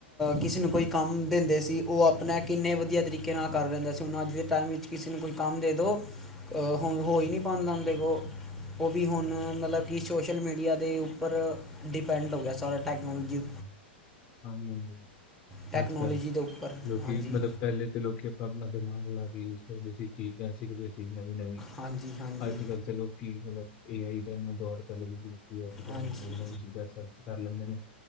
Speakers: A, in the centre; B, on the left.
A: ਕਿਸੇ ਨੂੰ ਕੋਈ ਕੰਮ ਦਿੰਦੇ ਸੀ ਉਹ ਆਪਣਾ ਕਿੰਨੇ ਵਧੀਆ ਤਰੀਕੇ ਨਾਲ ਕਰ ਰਹਿੰਦਾ ਸੀ ਔਰ ਅੱਜ ਦੇ ਟਾਈਮ ਵਿੱਚ ਕਿਸੇ ਨੂੰ ਕੋਈ ਕੰਮ ਦੇ ਦਿਉ ਹੋ ਹੀ ਨਹੀਂ ਪਾਉਂਦਾ ਉਹਦੇ ਕੋਲ ਉਹ ਵੀ ਹੁਣ ਮਤਲਬ ਕਿ ਸੋਸ਼ਲ ਮੀਡੀਆ ਦੇ ਉੱਪਰ, ਡਿਪੈਂਡ ਹੋ ਗਿਆ ਸਾਰਾ ਟੈਕਨੋਲੋਜੀ
B: ਹਾਂਜੀ- ਹਾਂਜੀ
A: ਟੈਕਨੋਲੋਜੀ
B: ਅੱਜ ਕੱਲ
A: ਦੇ ਉੱਪਰ
B: ਲੋਕੀ
A: ਹਾਂਜੀ
B: ਮਤਲਬ ਪਹਿਲੇ ਤੇ ਲੋਕੀ ਆਪਾਂ ਆਪਣਾ ਦਿਮਾਗ ਲਾ ਕੇ ਯੂਜ ਕਰਦੇ ਸੀ ਚੀਜ਼ਾਂ ਸਿੱਖਦੇ ਸੀ ਨਵੀਂ -ਨਵੀਂ
A: ਹਾਂਜੀ ਹਾਂਜੀ
B: ਅੱਜ ਕੱਲ੍ਹ ਤਾਂ ਲੋਕੀ ਮਤਲਬ ਏ ਆਈ ਦਾ ਇੰਨਾ ਦੌਰ ਚੱਲ ਗਿਆ ਅੱਜ ਕੱਲ੍ਹ
A: ਹਾਂਜੀ
B: ਨਵੀਂ-ਨਵੀਂ ਚੀਜ਼ਾਂ ਸਰਚ ਕਰ ਲੈਂਦੇ ਨੇ